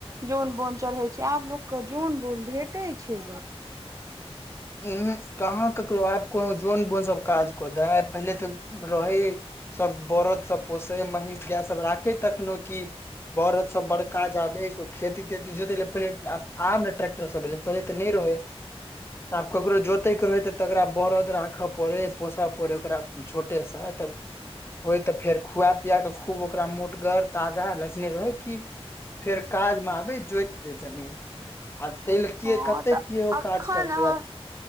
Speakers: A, on the right; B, on the left.
A: जन बोन चढ़े छै, आब लोके जन बोन भेटे छै।
B: उ कहाँ ककरो आब को जन बोन सभ काज कऽ द पहिले तऽ रहै। सभ बरद सभ पोसै महीष गाय सभ राखे तखनो कि। बड़द सभ बड़काबो खेती ते जोते पहि आम ने ट्रटर। सभ एले पहि तऽ नहि रहै। तऽ आब ककरो जोतै के रहय त तकरा बरद राखय पड़य पोसय पड़े ओकरा। छोटेसँ तक होय तऽ फेर खुआ पिया कऽ खूब ओकरा मोटगर ताजा लखने रहै कि। फेर काजमे आबै जोति दैइ जमीन। आ तेल
A: हँ
B: के कट्टे
A: तऽ
B: केओ
A: अखन
B: काज करतै
A: अहाँ
B: आब।